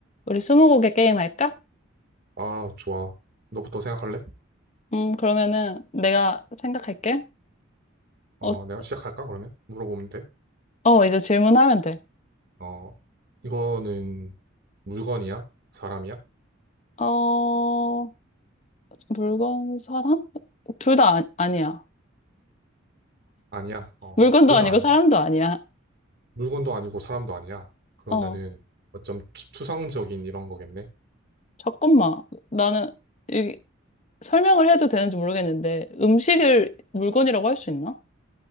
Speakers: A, on the left (about 35°); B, on the right (about 50°).
A: 우리 스무고개 게임 할까?
B: 아, 좋아. 너부터 생각할래?
A: 음, 그러면은 내가 생각할게.
B: 어,
A: 어, 스-
B: 내가 시작할까, 그러면? 물어보면 돼.
A: 어, 이제 질문하면 돼.
B: 어, 이거는 물건이야? 사람이야?
A: 어, 물건, 사람? 둘 다 아, 아니야.
B: 아니야. 어,
A: 물건도
B: 둘
A: 아니고
B: 다 아니야.
A: 사람도 아니야.
B: 물건도 아니고 사람도 아니야. 그러면은
A: 어,
B: 어쩜 추- 추상적인 이런 거겠네.
A: 잠깐만. 나는 이, 설명을 해도 되는지 모르겠는데 음식을 물건이라고 할 수 있나?